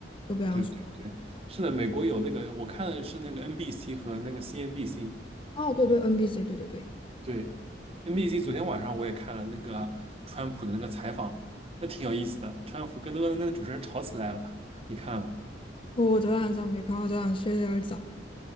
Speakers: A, on the left; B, on the right.
A: 就比方说，
B: 对对对，是的，美国有那个，我看的是那个 NBC 和那个 CNBC。
A: 哦，对对，NBC，对对对，
B: 对，NBC 昨天晚上我也看了那个川普的那个采访，那挺有意思的。川普跟那个那个主持人吵起来了，你看了吗？
A: 我昨晚上没看，我昨晚睡得有点早。